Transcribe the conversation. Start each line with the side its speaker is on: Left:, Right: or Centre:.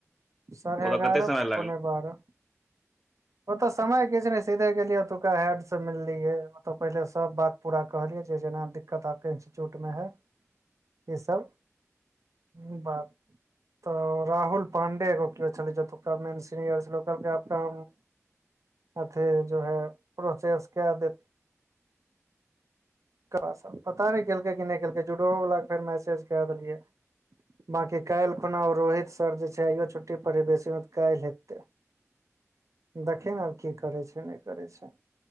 Right: साढ़े
Centre: ओतऽ
Right: एगारह
Centre: कते समय लागल
Right: पौने बारह
Centre: <inaudible>
Right: ओतऽ समय किछु नहि सीधे गेलिये उतुका हैड से मिललीये ओत तऽ पहिले सब बात पूरा कहलियै जे जेना दिक्कत आपके इन्स्टिट्यूटमे है ई सब इ बात अ राहल पाण्डे एगो क्यो छले जतुका मेन सीनियर छल ओ कहलकय आपका हम अथी जो है प्रोसेस कै दे क पता नहि केलकै की नहि केलकै जूडो वाला के फेर मैसज देलियै <unintelligible> बाकी काल्हि खुना रोहित सर जे छै आइयो छुट्टी पढ़ बेसी मे तऽ काल्हि एतै
Centre: <inaudible> <inaudible>
Right: दखी ने आब की करै छै नहि करै छै